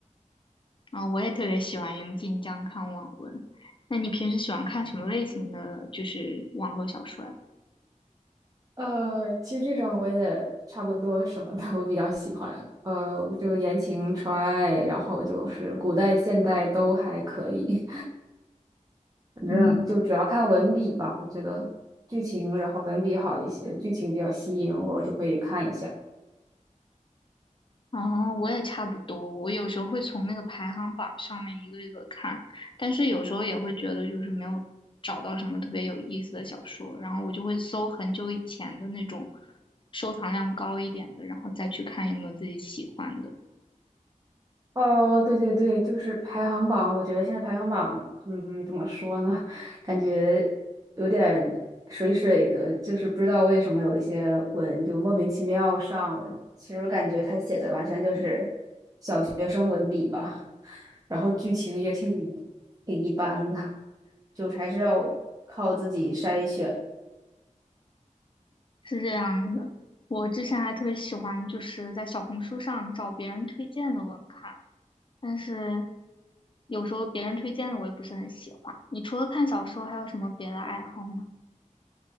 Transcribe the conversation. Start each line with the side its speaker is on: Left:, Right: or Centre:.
Left: 啊、我也特别喜欢用晋江看网文。那你平时喜欢看什么类型的就是网络小说呀？
Right: 呃，其实这种我也差不多什么的，<laughs> 我比较喜欢。呃，就言情、纯爱，然后就是古代、现代都还可以。反正就主要看文笔吧，
Left: 嗯，
Right: 我觉得剧情，然后文笔好一些，剧情比较吸引我，我就以看一下。
Left: 啊，我也差不多。我有时候会从那个排行榜上面一个一个看，但是有时候也会觉得就是没有找到什么特别有意思的小说，然后我就会搜很久以前的那种收藏量高一点的，然后再去看有没有自己喜欢的。
Right: 哦，对对对，就是排行榜，我觉得现在排行榜，嗯，怎么说呢？<laughs> 感觉有点水水的，就是不知道为什么有一些文就莫名其妙上了。其实我感觉他写的完全就是小学生文笔吧，然后剧情也挺挺一般的，就是还是要靠自己筛选。
Left: 是这样的，我之前还特别喜欢，就是在小红书上找别人推荐的文看，但是有时候别人推荐的我也不是很喜欢。你除了看小说，还有什么别的爱好吗？